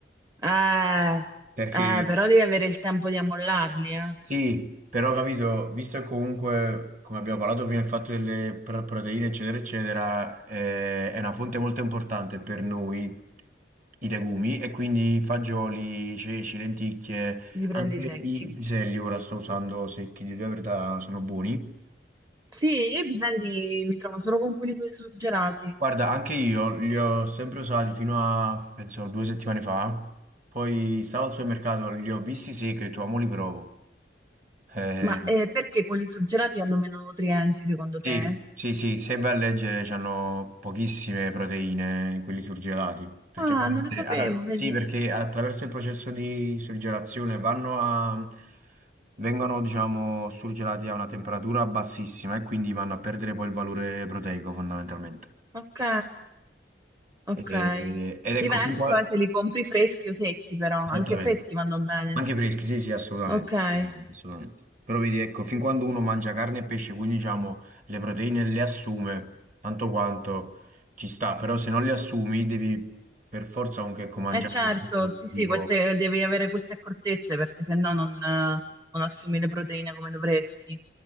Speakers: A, on the right; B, on the right.
A: Eh,
B: perché
A: eh, però devi avere il tempo di ammollarli, eh.
B: Sì, però ho capito, visto che comunque, come abbiamo parlato prima, il fatto delle pro- proteine, eccetera, eccetera, eh, è una fonte molto importante per noi, i legumi, e quindi fagioli, ceci, lenticchie,
A: Li
B: anche
A: prendi secchi.
B: i piselli, ora sto usando secchi, di verità sono buoni.
A: Sì, io i piselli mi trovo solo con quelli con i surgelati.
B: Guarda, anche io li ho sempre usati fino a, penso, due settimane fa, poi stavo al supermercato, li ho visti secchi e ho detto, "Ah, mo li provo. Eh,
A: Ma eh, perché quelli surgelati hanno meno nutrienti, secondo te?
B: Sì, sì, sì, se vai a leggere c'hanno pochissime proteine quelli surgelati, perché
A: Ah,
B: ovviamente-
A: non lo sapevo,
B: allora,
A: vedi?
B: sì, perché attraverso il processo di surgelazione vanno a, vengono, diciamo, surgelati a una temperatura bassissima e quindi vanno a perdere poi il valore proteico fondamentalmente.
A: Ok, ok.
B: E- ed ecco,
A: Diverso
B: fin qua,
A: è se li compri freschi o secchi, però. Anche
B: esattamente.
A: freschi vanno bene.
B: Anche freschi, sì, sì, assolutamente,
A: Ok.
B: assolutamente. assolutamente. Però vedi, ecco, fin quando uno mangia carne e pesce, quindi diciamo le proteine le assume, tanto quanto ci sta, però se non le assumi devi per forza anche ecco, mangiare
A: Eh certo,
B: cose
A: sì, sì,
B: tipo...
A: queste, devi avere queste accortezze perché se no non, eh, non assumi le proteine come dovresti.